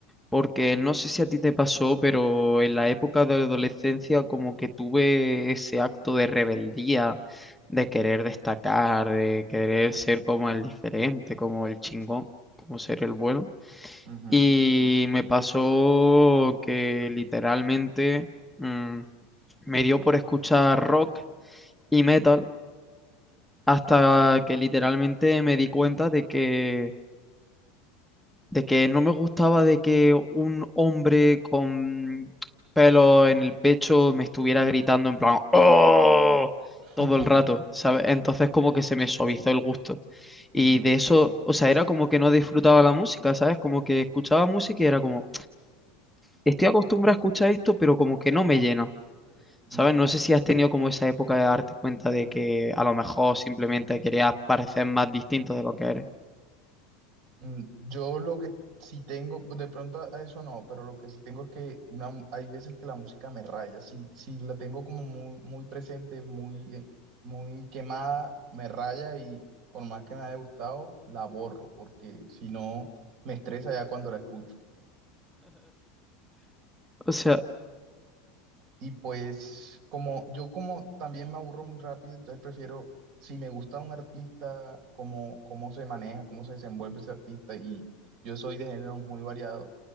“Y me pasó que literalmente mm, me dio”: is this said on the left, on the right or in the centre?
Centre